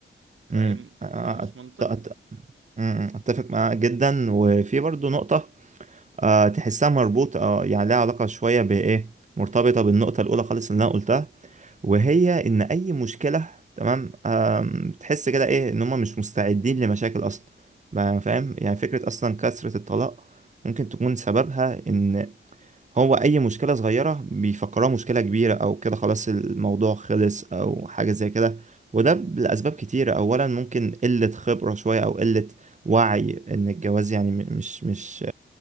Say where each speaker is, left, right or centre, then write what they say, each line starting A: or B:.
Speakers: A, on the right (about 75°); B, on the right (about 35°).
A: فاهم
B: م. آه،
A: فمش منطقي
B: أت- أت- م- م. اتفق معاك جدا وفي برضو نقطة آه تحسها مربوطة آه يعني لها علاقة شوية بإيه مرتبطة بالنقطة الأولى خالص اللي أنا قلتها وهي إن أي مشكلة تمام آم، بتحس كده إيه إن هما مش مستعدين لمشاكل أصلا ما فاهم يعني فكرة أصلا كثرة الطلاق ممكن تكون سببها إن هو اي مشكله صغيره بيفكروها مشكله كبيره او كده خلاص الموضوع خلص او حاجه زي كده وده لاسباب كتيره اولا ممكن قله خبره شويه او قله وعي ان الجواز يعني م- مش مش